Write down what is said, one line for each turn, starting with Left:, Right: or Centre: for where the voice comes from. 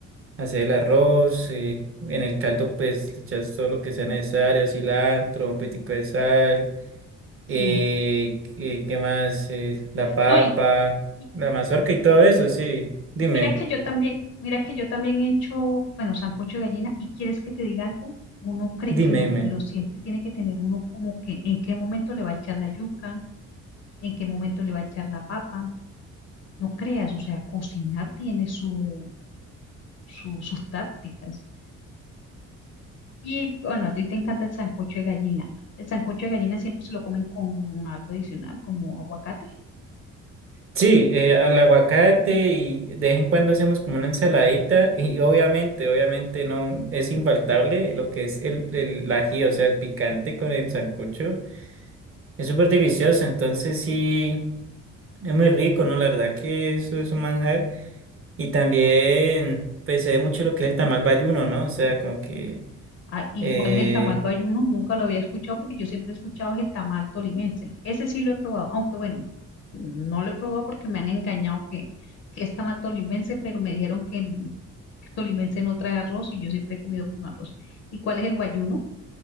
Right: hacer el arroz, eh, en el caldo pues le echas todo lo que sea necesario, cilantro, un poquitico de sal
Left: Sí.
Right: eh, ¿qué, qué más? Eh, la papa,
Left: No, y, y
Right: la mazorca y todo eso, sí. Dime,
Left: mira que yo también, mira que yo también he hecho, bueno, sancocho de gallina, y quieres que te diga algo, uno cree
Right: dime,
Left: que no,
Right: dime.
Left: pero siempre tiene que tener uno como que en qué momento le va a echar la yuca, en qué momento le va a echar la papa. No creas, o sea, cocinar tiene su, su- sus tácticas. Y bueno, a ti te encanta el sancocho de gallina. El sancocho de gallina siempre se lo comen con algo adicional, como aguacate.
Right: Sí, eh, el aguacate y de vez en cuando hacemos como una ensaladita y obviamente, obviamente no es infaltable lo que es el, el ají, o sea, el picante con el sancocho. Es súper delicioso, entonces sí, es muy rico, ¿no? La verdad que eso es un manjar. Y también, pues, se ve mucho lo que es el tamal bayuno, ¿no? O sea, como que...
Left: Ah, ¿y
Right: eh,
Left: cuál es el tamal bayuno? Nunca lo había escuchado porque yo siempre he escuchado es el tamal tolimense. Ese sí lo he probado, aunque bueno, no lo he probado porque me han engañado que, que es tamal tolimense, pero me dijeron que el tolimense no trae arroz y yo siempre he comido con arroz. ¿Y cuál es el bayuno?